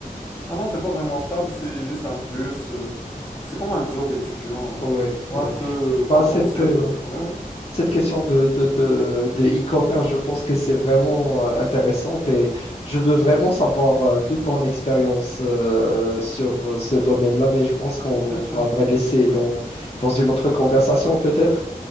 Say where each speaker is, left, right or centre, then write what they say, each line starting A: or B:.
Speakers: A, on the left (about 15°); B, on the left (about 45°).
A: Non, non, c'est pas vraiment stable, c'est juste un plus. euh, c'est comme un job étudiant
B: Ouais,
A: euh, pour
B: ouais.
A: un peu
B: Bah
A: compenser.
B: cette euh,
A: Oui, oui,
B: cette question de de de de e-commerce, je pense que c'est vraiment euh, intéressante et je veux vraiment savoir euh, toute ton expérience euh, sur euh, ce domaine-là, mais je pense qu'on
A: bien
B: on
A: sûr.
B: va te laisser dans dans une autre conversation peut-être.